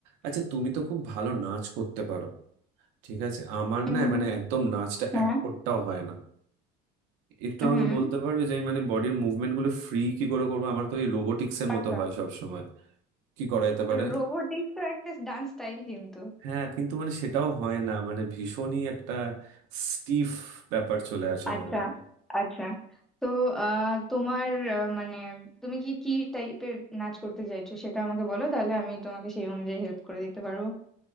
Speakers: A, on the right; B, in the centre.
A: আচ্ছা তুমি তো খুব ভালো নাচ করতে পারো ঠিক আছে আমার
B: উম,
A: না মানে একদম নাচটা
B: হ্যাঁ
A: এক ফোঁটাও হয় না একটু
B: হুম
A: আমাকে বলতে পারবে যে আমি মানে বডির মুভমেন্ট গুলো ফ্রি কি করে করবো আমার তো ওই রোবোটিক্স এর
B: আচ্ছা
A: মতো হয় সব সময় কি করা যেতে পারে
B: রোবোটিক্স একটা ডান্স স্টাইল কিন্তু
A: হ্যাঁ কিন্তু মানে সেটাও হয় না মানে ভীষণই একটা স্টিফ ব্যাপার চলে আসে
B: আচ্ছা
A: আমার মধ্যে
B: আচ্ছা তো আহ, তোমার আহ, মানে তুমি কি কি টাইপের নাচ করতে চাইছো সেটা আমাকে বলো তাহলে আমি তোমাকে সেই অনুযায়ী হেল্প করে দিতে পারবো